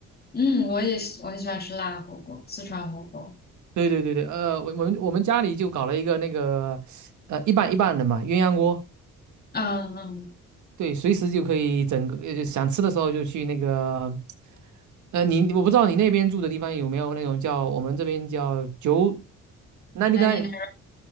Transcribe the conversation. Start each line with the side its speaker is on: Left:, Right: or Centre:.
Left: 嗯，我也喜我很喜欢吃辣火锅，四川火锅。
Right: 对对对对，呃，我我们我们家里就搞了一个那个，呃，一半一半的嘛，鸳鸯锅。
Left: 嗯嗯
Right: 对，随时就可以整个，呃就想吃的时候就去那个，呃，你我不知道你那边住的地方有没有那种叫我们这边叫九 n i
Left: n i
Right: n
Left: n
Right: e
Left: e t